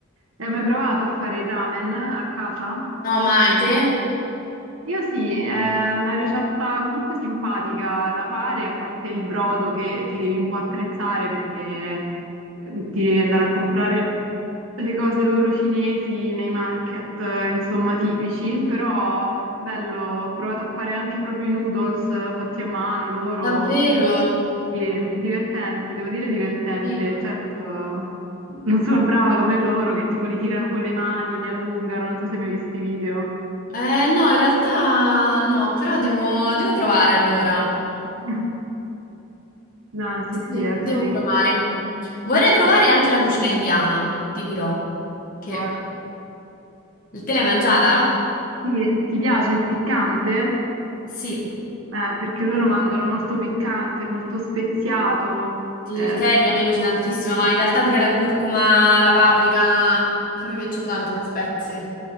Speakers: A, on the right (about 85°); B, on the left (about 40°).
A: Hai mai provato a fare il ramen a casa?
B: No, mai te?
A: Io sì, è una ricetta comunque simpatica da fare, a parte il brodo che ti devi un po' attrezzare perché eh, ti devi andare a comprare le cose loro cinesi nei market, eh, insomma, tipici, però bello, ho provato a fare anche proprio i noodles eh, fatti a mano loro,
B: Davvero?
A: sì, divertente, devo dire divertente.
B: Sì. no.
A: Certo, non sono brava come loro che tipo li tirano con le mani, li allungano, non so se mi hai mai visto i video.
B: Eh, no, in realtà no, però devo, devo provare allora.
A: <laughs> No, sì, sì,
B: Sì,
A: è
B: devo
A: sì.
B: provare. Vorrei
A: Mm,
B: provare anche la cucina indiana, ti dirò. Che...
A: Buono.
B: Te l'hai mangiata?
A: Sì, ti piace il piccante?
B: Sì,
A: Eh, perché loro mangiano molto piccante, molto speziato.
B: sì,
A: eh,
B: il curry a me piace tantissimo, ma in realtà pure la curcuma, la paprika, a me piacciono tanto le spezie.